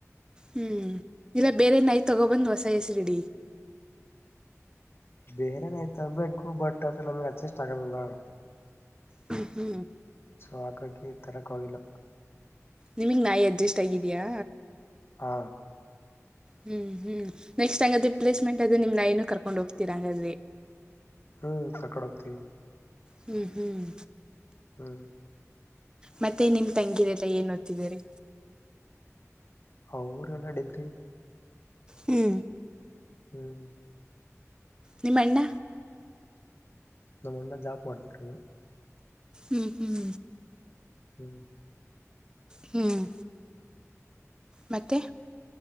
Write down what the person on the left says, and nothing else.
ಬೇರೆನೆ ತರ್ಬೇಕು ಬಟ್ ಆದ್ರೆ ನಮ್ಗೆ ಅಡ್ಜಸ್ಟ್ ಆಗಲ್ಲಲ್ಲ.
ಸೊ ಹಾಗಾಗಿ ತರೊಕ ಹೋಗಿಲ್ಲ.
ಹ
ಹ್ಮ್ ತಗೊಂಡ್ <unintelligible> ಹೋಗ್ತಿವಿ.
ಹ್ಮ್
ಅವ್ರ ಎಲ್ಲ ಡಿಗ್ರಿ
ಹ್ಮ್
ನಮ್ಮಣ್ಣ ಜಾಬ್ ಮಾಡ್ತಿರದು. <unintelligible>
ಹ್ಮ್ <inaudible>